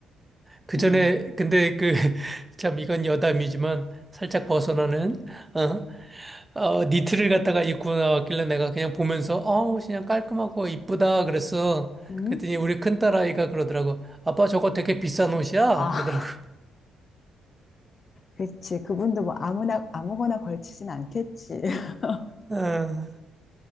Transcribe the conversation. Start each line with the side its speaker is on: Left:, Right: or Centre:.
Right: 그
Left: 음,
Right: 전에, 근데 그, <laughs> 참, 이건 여담이지만, 살짝 벗어나는, 어, 어, 니트를 갖다가 입고 나왔길래 내가 그냥 보면서, 어우, 그냥 깔끔하고 이쁘다, 그랬어.
Left: 음?
Right: 그랬더니 우리 큰딸아이가 그러더라고. 아빠 저거 되게 비싼 옷이야?
Left: 아,
Right: 그러더라고.
Left: <laughs> 그치. 그분도 뭐 아무나, 아무거나 걸치진 않겠지. <laughs>
Right: 아,